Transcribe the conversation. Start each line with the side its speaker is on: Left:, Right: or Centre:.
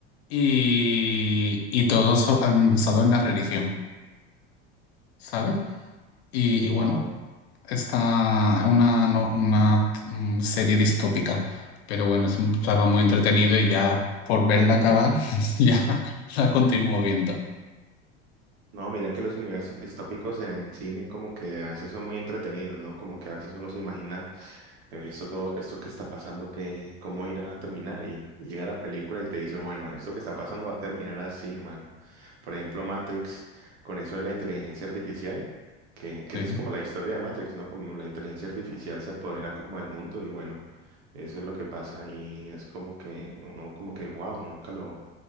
Left: y, y todo eso basado en la religión, ¿sabes? Y,
Right: Wow.
Left: y bueno. Está una, no- una mm, serie distópica, pero bueno, es un- estaba muy entretenido y ya por verla acabar, <laughs> ya la continúo viendo.
Right: No, mira que los universos distópicos en el cine como que a veces son muy entretenidos, ¿no? Como que a veces uno se imagina eh, Esto, todo, esto que está pasando, ¿qué, cómo irá a terminar? Y, y llega la película y te dice, bueno, esto que está pasando va a terminar así, mano. Por ejemplo, Matrix, con eso de la inteligencia artificial, que, que
Left: Sí,
Right: esa es como la historia de Matrix, ¿no? Como la inteligencia artificial se apodera como del mundo y bueno, eso es lo que pasa y es como que uno como que, wow, nunca lo,